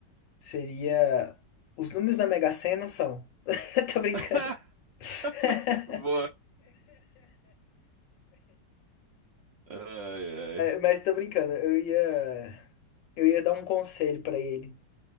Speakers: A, on the left (about 85°); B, on the right (about 85°).
A: seria os números da Mega Sena são. <laughs> Tô brincando.
B: <laughs>
A: <laughs>
B: Boa. Ai, ai.
A: Mas tô brincando. Eu ia eu ia dar um conselho pra ele.